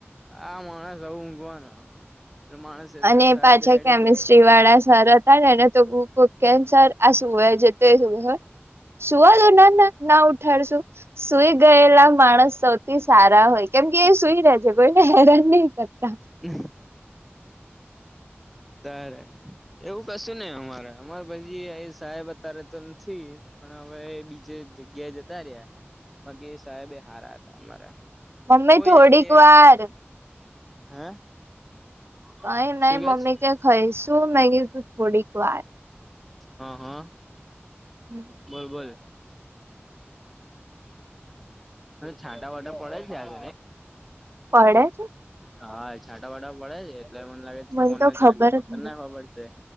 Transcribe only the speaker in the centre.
આ માણસ આવું ઊંઘવાનો એટલે માણસ
સાહેબ
રેડી
જ હોય
હ તારે એવું કશું નને અમારે અમારે પછી સાહેબ અત્યારે તો નથી પણ હવે બીજે જગ્યા જતા રહ્યાગી સાહેબ એ હારા હતા અમારા
કોઈ
જાતની
હે
શું કે
છે
હા હા
બરોબર છાંટા વાટા પડે છે આજ
હા છાંટા વાટા પડે છે એટલે મને લાગે
ફોનને
ચાર્જિંગ
કરને
ખબર છે